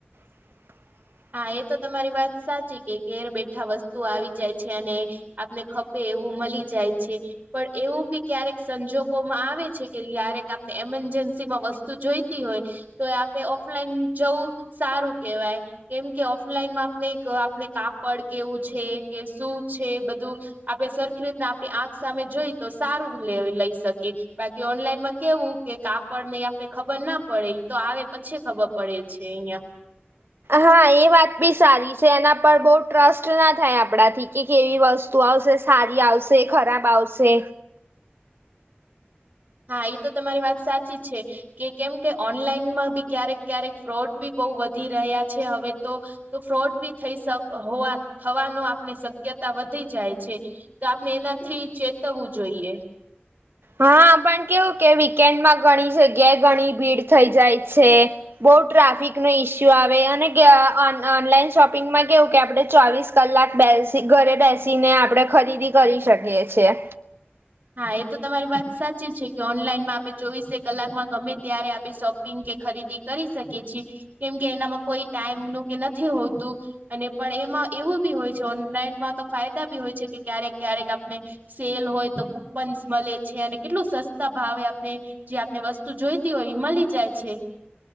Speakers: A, on the right; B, on the right.
A: <inaudible>
B: હા એ તો તમારી વાત સાચી કે ઘેર બેઠા વસ્તુ આવી જાય છે અને આપને ખપે એવું મળી જાય છે. પણ એવું બી ક્યારેક સંજોગોમાં આવે છે કે ય્યારેક આપને એમરજન્સીમાં વસ્તુ જોઈતી હોય. તો આપે ઓફલાઈન જવું સારું કેહેવાય. કેમ કે ઓફલાઈનમાં આપણે આપને કાપડ કેવું છે કે શું છે બધું આપણે સરખી રીતના આપણી આંખ સામે જોઈ તો સારું લઈ શકીએ. બાકી ઓનલાઈન માં કેવું કે કાપડ નઈ આપને ખબર ના પડે તો આવે પછી ખબર પડે છે અહિયાં.
A: હા એ વાત બી સારી છે એના પર બહ ટ્રસ્ટ ના થાય આપણાથી કે કેવી વસ્તુ. વસ્તુ આવશે સારી આવશે ખરાબ આવશે.
B: હા એ તો તમારી વાત સાચી છે. કે કેમ કે ઓનલાઈનમાં બી ક્યારેક ક્યારેક ફ્રોડ બી બહુ વધી રહ્યા છે હવે તો. તો ફ્રોડ બી થઈ થવાનો આપને શક્યતા વધી જાય છે. તો આપણે એનાથી ચેતવવું જોઈએ.
A: હા પણ કેવું કે વીકેન્ડમાં ઘણી જગ્યાએ ઘણી ભીડ થઇ જાય છે. બઉુ ટ્રાફિક નો ઈસ્યુ આવે અને ઓનલાઈન શોપિંગમાં કેવું કે આપડે ચોવીસ કલાક બેસી ઘરે બેસીને આપડે ખરીદી કરી શકીએ છીએ.
B: હા એ તો તમારી વાત સાચી છે કે ઓનલાઈનમાં આપણે ચોવીસે કલાકમાં ગમે ત્યારે આપે શોપિંગ કે ખરીદી કરી શકે છેી કેમ કે એનામાં કોઈ ટાઈમ નું કે નથી હોતું. અને પણ એમાં એવું બી હોય છે ઓનલાઈનમાં તો ફાયદા બી હોય છે કે ક્યારેક ક્યારેક આપને સેલ હોય તો કુપન મળે છે અને કેટલું સસ્તા ભાવે આપને. જે આપને વસ્તુ જોઈતી હોય એ મળી જાય છે.